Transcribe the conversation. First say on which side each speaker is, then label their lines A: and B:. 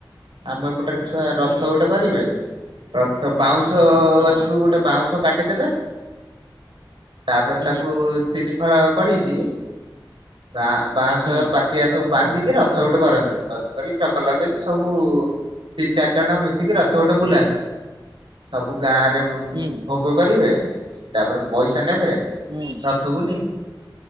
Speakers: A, on the right; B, on the right.
A: ଆମ ଏପଟରେ ଛୁଆ
B: ହୁଁ
A: ରଥ ଗୋଟେ କରିବେ ରଥ ବାଉଁଶ
B: ହଁ
A: ଗଛରୁ ଗୋଟେ ବାଉଁଶ କାଟିଦେବେ ତାପରେ
B: ହୁଁ
A: ତାକୁ ତିନି ଫାଳ କରିକି ବା ବାଁଶହ
B: ହୁଁ।
A: ପା ତିଆ ସବୁ ବାନ୍ଧିକି ରଥ ଗୋଟେ କରନ୍ତି। ରଥ କରିକି ଚକ ଲଗେଇକି ସବୁ ତିନି ଚାରି ଜଣ ମିଶିକି ରଥ ଗୋଟେ ବୁଲାନ୍ତି। ସବୁ ଗାଁ ରେ ଭୋ
B: ହୁଁ
A: ଭୋଗ କରିବେ ସେ ତାପରେ ପଇସା ନେବେ
B: ହୁଁ
A: ରଥ କୁ ନେଇ